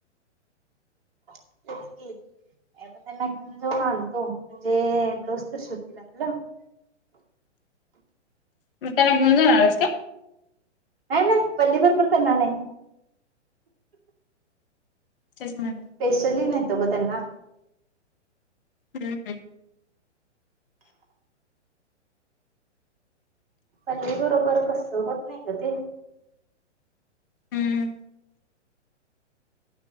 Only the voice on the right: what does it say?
तेच
की पण त्यांना घेऊन जाऊन आणतो म्हणजे ब्लाऊज तर शिवतील आपलं <unintelligible>
नाही नाही पल्ली भरभर करणार नाही <unintelligible>
स्पेशली नव्हत ग त्यांना <unintelligible>
पल्ली बरोबर कस होत नाही ग ते